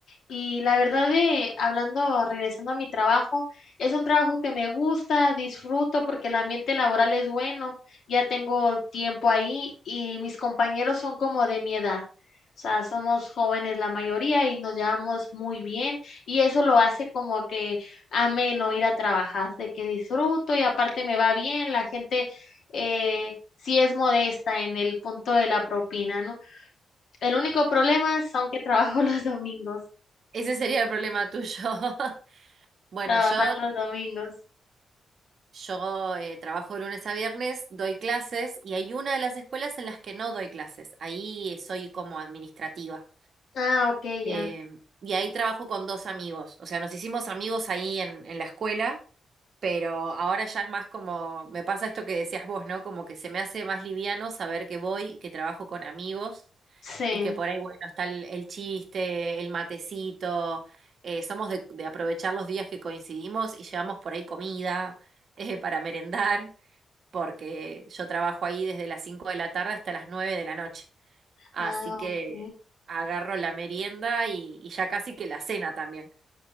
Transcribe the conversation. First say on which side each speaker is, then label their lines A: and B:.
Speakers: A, on the left (about 65°); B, on the right (about 55°).
A: Y la verdad de, hablando, regresando a mi trabajo, es un trabajo que me gusta, disfruto porque el ambiente laboral es bueno, ya tengo tiempo ahí y mis compañeros son como de mi edad. O sea, somos jóvenes la mayoría y nos llevamos muy bien y eso lo hace como que ameno ir a trabajar, de que disfruto y aparte me va bien, la gente eh, sí es modesta en el punto de la propina, ¿no? El único problema son que trabajo <laughs> los domingos.
B: Ese sería el problema tuyo. <laughs> Bueno,
A: Trabajar
B: yo
A: los domingos.
B: Yo eh, trabajo de lunes a viernes, doy clases y hay una de las escuelas en las que no doy clases. Ahí eh, soy como administrativa.
A: Ah, ok,
B: Eh,
A: ya.
B: y ahí trabajo con dos amigos. O sea, nos hicimos amigos ahí en, en la escuela, pero ahora ya es más como, me pasa esto que decías vos, ¿no? Como que se me hace más liviano saber que voy, y que trabajo con amigos
A: Sí.
B: y que por ahí, bueno, está el, el chiste, el matecito. Eh, somos de, de aprovechar los días que coincidimos y llevamos por ahí comida <laughs> eh, para merendar porque yo trabajo ahí desde las 5 de la tarde hasta las 9 de la noche. Así
A: Ah,
B: que
A: ok.
B: agarro la merienda y, y ya casi que la cena también.